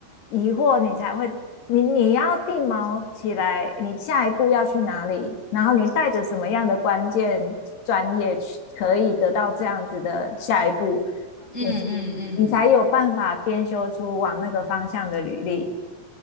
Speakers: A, on the left; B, on the left.
A: 疑惑，你才会你你要定锚起来，你下一步要去哪里，然后你带着什么样的关键专业去可以得到这样子的下一步，
B: 嗯嗯嗯，
A: 你你才有办法编修出往那个方向的履历。